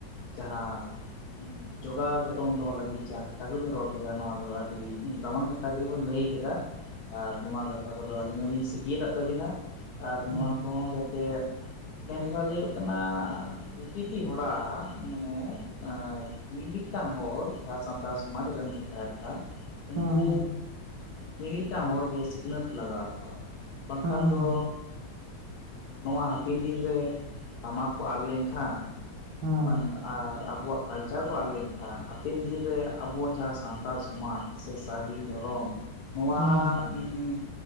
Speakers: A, on the left; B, on the right.
A: ᱡᱟᱦᱟᱸ ᱡᱚᱜᱟᱣ ᱡᱚᱛ ᱛᱚᱱ ᱫᱚᱦᱚ ᱞᱟᱹᱜᱤᱫ ᱡᱟᱦᱟᱸ ᱠᱟᱛᱷᱟ ᱜᱤᱵᱮᱱ ᱨᱚᱲ ᱠᱮᱫᱟ ᱱᱚᱣᱟ ᱫᱚ ᱟᱹᱰᱤ ᱫᱟᱢᱟᱱ ᱠᱟᱛᱷᱟ ᱜᱮᱵᱮᱱ ᱞᱟᱹᱭ ᱠᱮᱫᱟ ᱾ ᱟᱨ ᱱᱚᱣᱟ ᱜᱟᱛᱷᱟ ᱠᱚ ᱫᱚ ᱟᱹᱞᱤᱧ ᱦᱚᱸᱞᱤᱧ ᱥᱤᱠᱷᱤᱭᱟᱫᱟᱜ ᱛᱟᱹᱵᱤᱱᱟ ᱟᱨ
B: ᱦᱮᱸ
A: ᱱᱚᱣᱟ ᱠᱚ ᱦᱚᱸ ᱡᱟᱛᱮ ᱢᱮᱱ ᱠᱟᱛᱷᱟ ᱫᱚ ᱦᱩᱭᱩᱜ ᱠᱟᱱᱟ ᱯᱨᱚᱛᱤᱴᱤ ᱦᱚᱲᱟᱜ ᱢᱟᱱᱮ ᱟᱻ, ᱢᱤᱼᱢᱤᱫᱴᱟᱝ ᱦᱚᱲ ᱡᱟᱦᱟᱸ ᱥᱟᱱᱛᱟᱲ ᱥᱚᱢᱟᱡᱽ ᱨᱮᱱ ᱠᱚ ᱛᱟᱦᱮᱱ ᱠᱟᱱ ᱩᱱᱠᱩ
B: ᱦᱮᱸ
A: ᱢᱤᱼᱢᱤᱫᱴᱟᱝ ᱦᱚᱲ ᱜᱮ ᱥᱤᱠᱷᱱᱟᱹᱛ ᱞᱟᱜᱟᱣ ᱠᱚᱣᱟ ᱾ ᱵᱟᱝᱠᱷᱟᱱ
B: ᱦᱮᱸ
A: ᱫᱚ ᱱᱚᱣᱟ ᱦᱟᱯᱤᱱ ᱫᱤᱱ ᱨᱮ ᱴᱟᱢᱟᱠ ᱠᱚ ᱟᱫ ᱞᱮᱱᱠᱷᱟᱱ
B: ᱦᱮᱸ
A: ᱢᱟᱱᱮ ᱟᱨ ᱟᱵᱚᱣᱟᱜ ᱠᱟᱞᱪᱟᱨ ᱠᱚ ᱟᱫ ᱞᱮᱱᱠᱷᱟᱱ, ᱦᱟᱯᱮᱱ ᱫᱤᱱ ᱨᱮ ᱟᱵᱚ ᱡᱟᱦᱟᱸ ᱥᱟᱱᱛᱟᱲ ᱥᱚᱢᱟᱡ ᱥᱮ ᱥᱟᱨᱤ ᱫᱷᱚᱨᱚᱢ ᱱᱚᱣᱟ
B: ᱦᱮᱸ
A: ᱩᱸᱢ